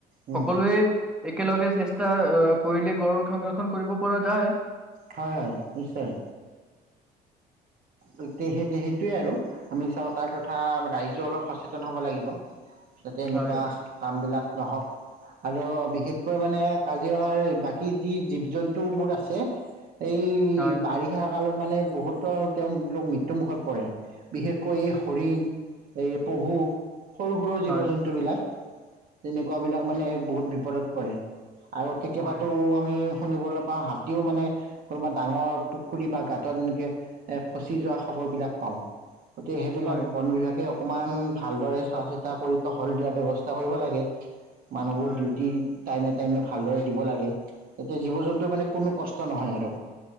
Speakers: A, on the right; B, in the centre.
A: উম
B: সকলোৱে একেলগে চেষ্টা কৰিলে গড়ৰ সংৰক্ষণ কৰিব পৰা যায়
A: হয় হয় নিশ্চয় গতি সেই সেইটোৱে আৰু আমি চৰকাৰ তথা ৰাইজে অলপ সচেতন হ'ব লাগিব যাতে এনেকুৱা
B: হয়
A: কামবিলাক নহওক আৰু বিশেষকৈ মানে কাজিৰঙাৰ বাকী যি জীৱ জন্তুবোৰ আছে এই
B: হয়
A: বাৰিষা কালত মানে বহুতৰ তেওঁলোক মৃত্যুমুখত পৰে বিশেষকৈ এই হৰিণ এই পহু সৰু সৰু জীৱ
B: হয়
A: জন্তুবিলাক তেনেকুৱা বিলাক মানে বহুত বিপদত পৰে আৰু কেতিয়াবাতো
B: হয়
A: আমি। শুনিবলৈ পাওঁ হাতীও মানে কোনোবা ডাঙৰ পুখুৰী বা গাঁতত এনেকে এ। ফচি যোৱা খবৰবিলাক পাওঁ গতিকে সেইবিলাক
B: হয়
A: বন বিভাগে। অকণমান ভালদৰে চোৱা চিতা কৰি টহল দিয়াৰ ব্যৱস্থা কৰিব লাগে। মানুহবোৰ
B: হয়
A: ডিউটি টাইমে টাইমে ভালদৰে দিব লাগে তেতিয়া জীৱ জন্তুৰ মানে কোনো কষ্ট নহয় আৰু-